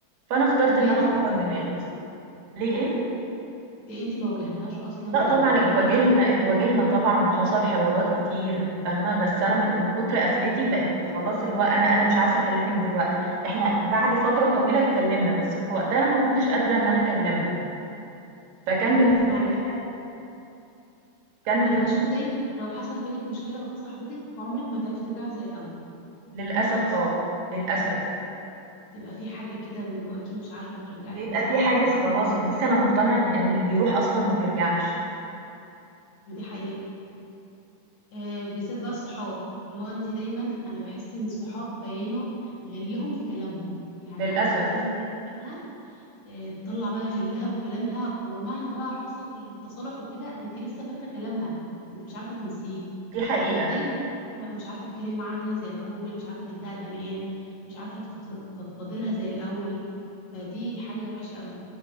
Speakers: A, on the right (about 80°); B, on the left (about 60°).
A: فأنا اخترت
B: طب ليه
A: إن أنا
B: أنت
A: أكبّر
B: ما واجهتهاش
A: دماغي،
B: أصلا؟
A: ليه إيه؟
B: دي انت ما واجهتهاش اصلا
A: لأ
B: بال...
A: طبعًا
B: باللي
A: اتواجهنا
B: هي عملته
A: اتواجهنا طبعًا وحصل حوارات كتير فاهمة، بس أنا من من كتر قفلتي بقيت خلاص اللي هو أنا أنا مش عارفة أكلّمِك دلوقتي، إحنا بعد فترة طويلة اتكلّمنا، بس في وقتها ما كنتش قادرة إن أنا أكلّمها. فكان
B: لا
A: بالنسبة
B: طبعا يعني
A: لي حل كان
B: انا
A: بالن
B: بشوف دايما لو حصل بينك مشكله وبين صاحبتك عمرك ما تعرفي ترجعي زي الاول
A: للأسف
B: مهما حصل
A: آه، للأسف.
B: تبقى في حاجه كده من جواكي مش عارفه ترجعك
A: بيبقى
B: تاني زي
A: في
B: الاول
A: حاجز خلاص بُصّي أنا مقتنعة إن إن اللي بيروح أصلًا ما بيرجعش،
B: دي حقيقه آه بالذات بقى الصحاب اللي هو انت دايما انا بحس ان الصحاب بينوا غلهم في كلامهم يعني
A: للأسف،
B: انت مثلا زعلتي منها آه، تطلع بقى غلها وكلامها ومهما بقى حصل التصالح وكده انت لسه فاكره كلامها انت مش عارفه تنسيه
A: دي حقيقة،
B: فبالتالي مش عارفه مش عارفه تتكلمي معاها تاني زي الاول مش عارفه تديها الامان مش عارفه تفض- تفضفضي لها زي الاول فدي حاجه وحشه قوي